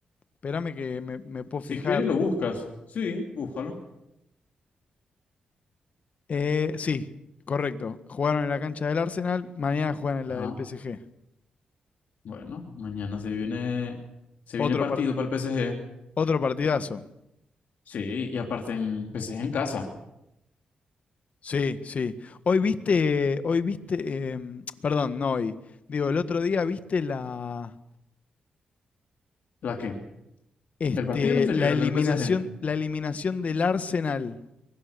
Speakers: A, on the left (about 55°); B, on the left (about 75°).
A: espérame que me, me puedo
B: si
A: fijar.
B: quieres lo buscas. Sí, búscalo.
A: Eh, sí, correcto. Jugaron en la cancha del Arsenal, mañana juegan en
B: Ajá.
A: la del PSG.
B: Bueno, mañana se viene, se
A: Otro,
B: viene partido
A: par-
B: para el PSG.
A: otro partidazo.
B: Sí, y aparte en PSG en casa.
A: Sí, sí. Hoy viste, hoy viste, em, perdón, no hoy. Digo, el otro día viste la,
B: ¿La qué?
A: Este,
B: El partido anterior
A: la eliminación,
B: del PSG.
A: la eliminación del Arsenal